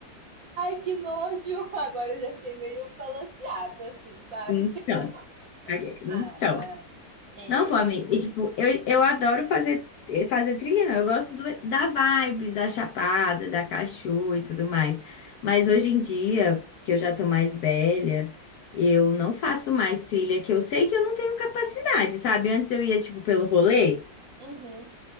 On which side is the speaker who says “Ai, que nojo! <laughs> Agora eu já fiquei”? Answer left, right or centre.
Right